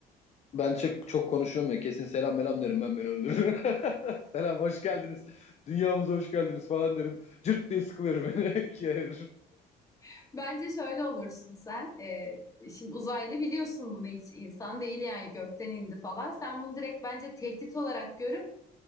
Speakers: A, on the left; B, on the left.
A: Ben çok, çok konuşuyorum ya. Kesin selam melam derim ben beni öldürür. <laughs> Selam hoş geldiniz. Dünyamıza hoş geldiniz falan derim. Cırt diye sıkılır beni <laughs> ikiye ayırır.
B: <laughs> Bence şöyle olursun sen. Ee, Şimdi uzaylı biliyorsun bunu hiç insan değil yani gökten indi falan. Sen bunu direkt bence tehdit olarak görüp